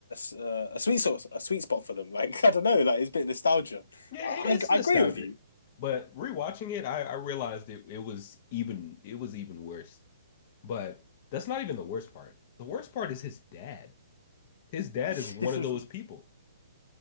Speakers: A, on the left; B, on the left.
A: a a sweet sort, a sweet spot for them. Like <laughs> I don't know, like it's a bit of nostalgia.
B: Yeah,
A: I,
B: it, it's
A: I
B: nostalgic.
A: I agree with you.
B: But rewatching it, I, I realized it it was even it was even worse. But that's not even the worst part. The worst part is his dad. His dad
A: <laughs>
B: is one of those people.